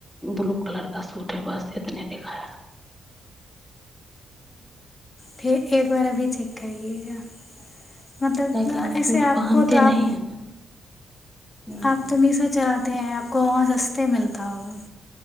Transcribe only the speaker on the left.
फेर एक बार अभी चेक करएगा मतलब
ऐसे
आपको
तऽ
आप तऽ मीशो चला ेै आपको वहाँ सस्ते मिलता होगा